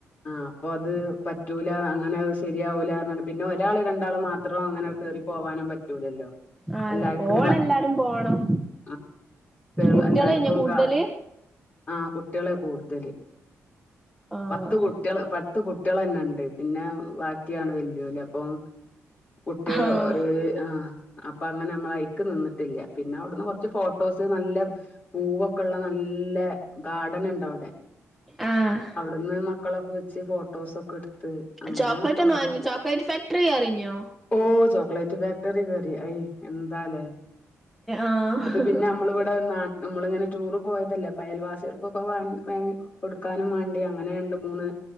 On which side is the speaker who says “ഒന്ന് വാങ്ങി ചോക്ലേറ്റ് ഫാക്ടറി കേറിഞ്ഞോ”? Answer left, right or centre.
Centre